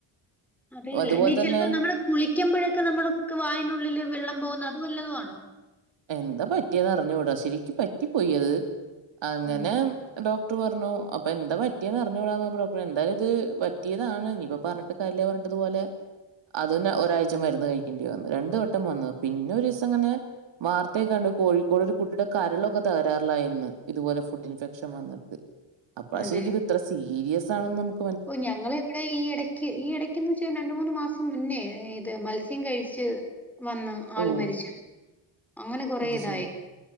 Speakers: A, in the centre; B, on the right.
A: അതെല്ലെ,
B: അതുപോലെ
A: ഇനി
B: തന്നെ
A: ചിലപ്പോ നമ്മള് കുളിക്കുമ്പോഴൊക്കെ നമ്മൾക്ക് വായന്റുള്ളിൽ വെള്ളം പോകുന്ന അത് വല്ലതും ആണോ
B: എന്താ പറ്റിയന്നറിഞ്ഞൂടാ ശരിക്കും പറ്റി പോയത് അങ്ങനെ
A: ഉം
B: ഡോ ടർ പർനു അപ്പൊ എന്താ പറ്റീതെന്നറിഞ്ഞൂടാന്ന്‌ പറഞ്ഞപ്പോള് ഡോക്ടർ എന്തായാലുമിത് പറ്റിയതാണ്, ഇനി ഇപ്പൊ പറഞ്ഞിട്ട് കാര്യമില്ലാന്നുപറഞ്ഞിട്ട് അതുപോലെ അതും ന ഒരാഴ്ച മരുന്ന് കഴിക്കേണ്ടി വന്നു. രണ്ട് വട്ടം വന്നു. പിന്നെ ഒരു ദിവസം ഇങ്ങനെ വാർത്തയെക്കണ്ട് കോഴിക്കോട് ഒരു കുട്ടിയുടെ കരളൊക്കെ തകരാറിലായെന്ന് ഇതുപോലെ ഫുഡ് ഇൻഫെക്ഷൻ വന്നിട്ട് അപ്പോ
A: അതെ
B: ശരിക്ക് ഇത് ഇത്ര സീരിയസ് ആണെന്ന് നമുക്
A: ഓ ഞങ്ങള ഇവിടെ ഈ ഇടയ്ക്ക്, ഈ ഇടക്ക്ന്ന് വെച്ചാ രണ്ട് മൂന്ന് മാസം മുന്നേ അതെ മത്സ്യം കഴിച്ച് വന്നു ആള്
B: ഓ
A: മരിച്ചു. അങ്ങനെ കൊറ
B: അത്
A: ഇതായി
B: ശരി